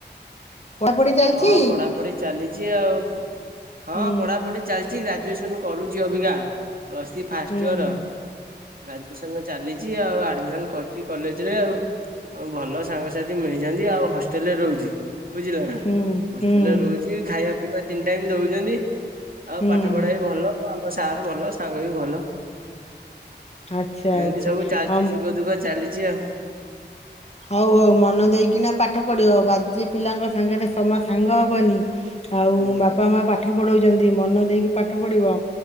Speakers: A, on the left; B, on the right.
A: ପଢାପଢି ଚାଲିଛି।
B: ହଁ ପଢାପଢି ଚାଲିଚି ଆଉ ହଁ
A: ହୁଁ
B: ପଢାପଢି ଚାଲିଚି ଗ୍ରା ଜୁଏସନ କରୁଛି ଅବିକା। Plus three first
A: ହୁଁ
B: year. ଗ୍ରାଜୁଏସନ୍ ଚାଲିଛି ଆଉ ଆଡମିସନ କରି ଚି କଲେଜରେ ଆଉ। ଆଉ ଭଲ ସାଙ୍ଗସାଥି ମିଳିଯାନ୍ତି ଆଉ ହଷ୍ଟେଲରେ ରହୁଛି । ବୁଝିଲ ନା।
A: ହୁଁ
B: ହଷ୍ଟେଲରେ
A: ହୁଁ।
B: ରହୁଛି ଖାଇବା ପିଇ ବା ତିନି ଟାଇମ ଦଉଚନ୍ତି। ଆଉ
A: ହୁଁ
B: ପାଠ ପଢା ବି ଭଲ। ମୋର ସାର୍ ଭଲ ସାଙ୍ଗ ବି ଭଲ।
A: ଆଚ୍ଛା
B: ଏନ୍ତି
A: ଆଚ୍ଛା
B: ସବୁ ଚାଲିଛି
A: ହଁ
B: ସୁଖ ଦୁଃଖ ଚାଲିଛି ଆଉ।
A: ହଉ ହଉ। ମନ ଦେଇକିନା ପାଠ ପଢିବ। ବାଜେ ପିଲାଙ୍କ ସାଙ୍ଗରେ ଜମା ସାଙ୍ଗ ହବନି। ଆଉ
B: ହଁ
A: ବାପା ମା ପାଖ ପାଠ ପଢଉଛନ୍ତି ମନ ଦେଇକି ପାଠ ପଢିବ।